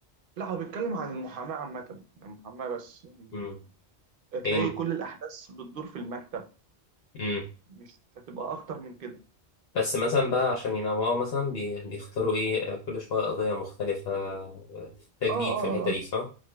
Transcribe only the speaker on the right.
لا هو بيتكلم عن المحاماة عامة المحاماة بس يعني
تلاقي
كل الأحداث بتدور في المكتب
مش هتبقى أكتر من كده
اه اه
اه
آه،